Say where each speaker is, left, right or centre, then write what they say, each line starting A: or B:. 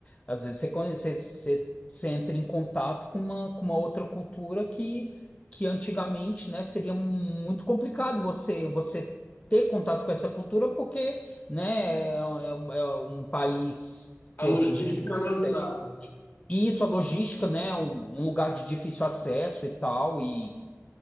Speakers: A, on the left; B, on the left.
A: às vezes você, conhe- você, você, você entra em contato com uma, com uma outra cultura que, que antigamente, né, seria muito complicado você, você ter contato com essa cultura, porque, né, é, é- é um país que
B: A logística
A: é de difícil acesso.
B: não ajudava.
A: E isso, a logística, né, é um, um lugar de difícil acesso e tal, e,